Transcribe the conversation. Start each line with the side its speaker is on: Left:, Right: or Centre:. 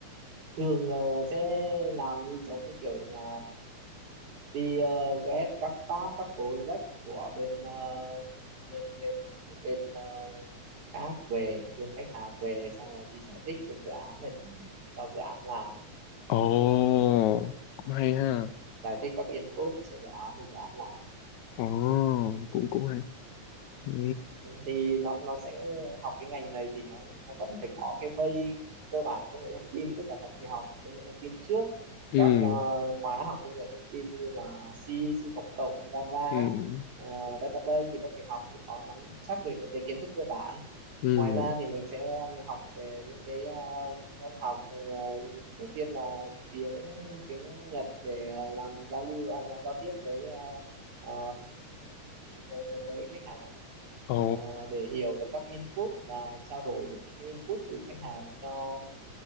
Right: thường là sẽ làm như giống như kiểu là đi ờ, ghé các tab các project của bên ờ, bên bên một bên ờ, khác về bên khách hàng về xong rồi đi giải thích cho dự án để cho dự án làm
Left: Ồ, cũng hay ha.
Right: giải thích các input cho dự án thì dự án làm
Left: Ồ, cũng cũng hay. Ừ.
Right: Ừ, thì nó nó sẽ học cái ngành này thì nó nó vẫn phải có cái base cơ bản công nghệ thông tin tức là vẫn phải học công nghệ thông tin trước
Left: ừ
Right: các ờ, khóa học công nghệ thông tin như là C, C cộng cộng, Java,
Left: ừ
Right: ờ, database thì vẫn phải học phải có nắm chắc được những cái kiến thức cơ bản.
Left: ừ
Right: Ngoài ra thì mình sẽ học về những cái ờ, môn học ờ, đầu tiên là tiếng tiếng Nhật để ờ, làm giao lưu à, giao giao tiếp với ờ, ờ, với, với, với khách hàng
Left: ồ
Right: Ờ, để hiểu được các input và trao đổi được những cái input từ khách hàng cho